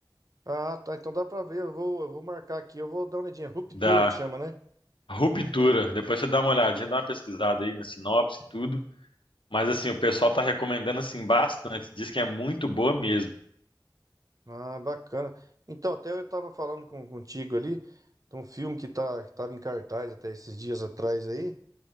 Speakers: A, on the right (about 45°); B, on the left (about 80°).
A: Ah, tá. Então dá pra ver. Eu vou, eu vou marcar aqui. Eu vou dar uma olhadinha. Ruptura
B: da
A: que chama, né?
B: ruptura. Depois você dá uma olhadinha, dá uma pesquisada aí na sinopse e tudo. Mas assim, o pessoal tá recomendando assim bastante. Diz que é muito boa mesmo.
A: Ah, bacana. Então, até eu tava falando com, contigo ali de um filme que, tá, que tava em cartaz até esses dias atrás aí.